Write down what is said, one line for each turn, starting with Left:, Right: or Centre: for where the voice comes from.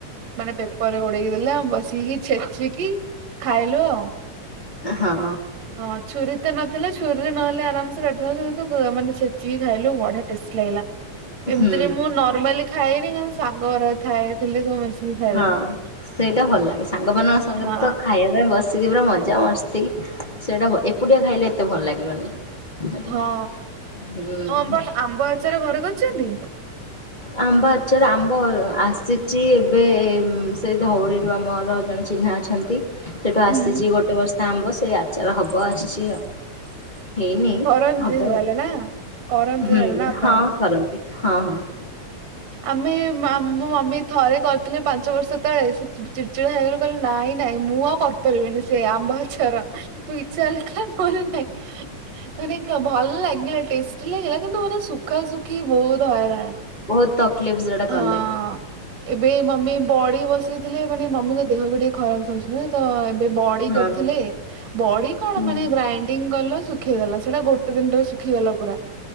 Right: ମାନେ ପେପରରେ ଗୋଡେଇକି ଦେଲେ ଆ ବସିକି ଛେଚିକି ଖାଇଲୁ ଆଉ
Left: ହଁ
Right: ହଁ ଛୁରୀ ତ ନଥିଲା ଛୁରୀରେ ନହେଲେ ଆରାମସେ କାଟିଥା କିନ୍ତୁ ମାନେ ଛଚିକି ଖାଇଲୁ ବଢିଆ ଲାଗିଲା ଏମିତିରେ
Left: ହୁଁ
Right: ମୁଁ ନର୍ମାଲି ଖାଏନି କ ସାଙ୍ଗରେ ଥାଏ ଥିଲେ। ମିଶିକି ଖାଇଦେଲୁ
Left: ହଁ ସେଇଟା ଭଲ ଲାଗେ ସାଙ୍ଗ ମାନଙ୍କ ସଙ୍ଗତ
Right: ହଁ।
Left: ଖାଇବା ପାଇଁ ବସ ସେଥି ପୁରା ମଜା ମସ୍ତି ସେଇଟା ଏକୁଟିଆ ଖାଇଲେ ଏତେ ଭଲ ଲାଗିବନି। ସେଇଟା
Right: ହଁ
Left: ହୁଁ
Right: ହ ବଟ ଆମ୍ବ ଆଚାର ଘରେ କରିଛନ୍ତି।
Left: ଆମ୍ବ ଆଚାର ଆମ୍ବ ଆସିଛି ଏବେ ସେଇ ଧଉଳିରୁ ଆମର ଜଣେ ଚିହ୍ନା। ଅଛନ୍ତି ସେଠୁ ଆସିଛି
Right: ହୁଁ
Left: ଗୋଟେ ବସ୍ତା ଆମ୍ୱ ସେ ଆଚାର ହବ ଆସିଛି ଆଉ। ହେଇନି
Right: କରନ୍ତି
Left: ହବ
Right: ତାହେଲେ ନା କରନ୍ତି
Left: ହୁଁ
Right: ତାହେଲେ ନା ଆପଣ?
Left: ହଁ କରନ୍ତି ହଁ ହଁ।
Right: ଆମେ ଆ ମମ ମମି ଥରେ କରିଥିଲେ ପାଞ୍ଚ ବର୍ଷ ତଳେ। ଚିଡ଼ଚିଡ଼ା ହେଇଗଲେ କହିଲେ ନାଇଁ ନାଇଁ ମୁଁ ଆଉ କରିପାରିବିନି ସେ ଆମ୍ବ ଆଚାର। ତୁ ଇଛା ହେଲେ ଖା ନହେଲେ ନାଇ। ମାନେ ଭଲ ଲାଗିଲା ଟେଷ୍ଟି ଲାଗିଲା କିନ୍ତୁ ମାନେ ସୁଖା ସୁୁଖି ବହୁତ ହଇରାଣ।
Left: ବହୁତ ତକଲିଫ ସେଟା
Right: ହଁ।
Left: କଲେ।
Right: ଏବେ ମମି ବଡି ବସେଇଥିଲେ ମାନେ ମମିଙ୍କ ଦେହ ବି ଟିକେ ଖରାପ ଚାଲୁଚି ନା ତ ଏ ବଡି
Left: ହଁ
Right: କରିୁଥିଲେ ବଡି କଣ
Left: ହୁଁ
Right: ମାନେ ଗ୍ରାଇଣ୍ଡିଙ୍ଗ କଲ ଶୁଖେଇଦଲା ସେଇଟା ଗୋଟେ କେତେ ଦିନରେ ଶୁଖିଗଲା ପୁରା